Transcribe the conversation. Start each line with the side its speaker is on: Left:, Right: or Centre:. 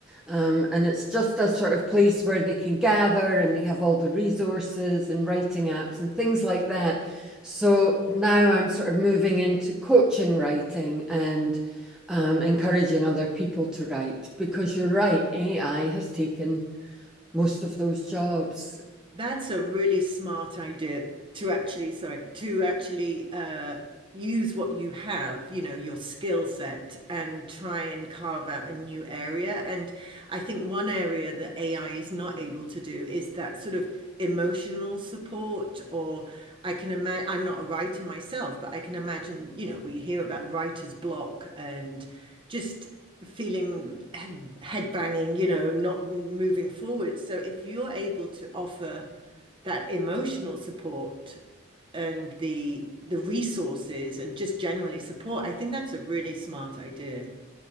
Centre: Um, and it's just a sort of place where they can gather and they have all the resources and writing apps and things like that. So now I'm sort of moving into coaching writing and um, encouraging other people to write because you're right, AI has taken most of those jobs.
Right: That's a really smart idea to actually, sorry, to actually uh, use what you have, you know, your skill set, and try and carve out a new area. And I think one area that AI is not able to do is that sort of emotional support. Or I can imagine, I'm not a writer myself, but I can imagine, you know, we hear about writer's block and just feeling head banging, you know, not moving forward. So if you're able to offer that emotional support, and the the resources and just generally support, I think that's a really smart idea.